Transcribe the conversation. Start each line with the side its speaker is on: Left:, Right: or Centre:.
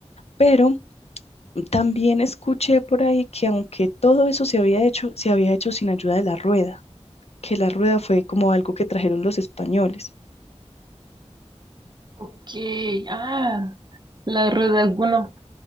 Left: pero también escuché por ahí que aunque todo eso se había hecho, se había hecho sin ayuda de la rueda, que la rueda fue como algo que trajeron los españoles.
Right: ok, ah, la rueda, bueno,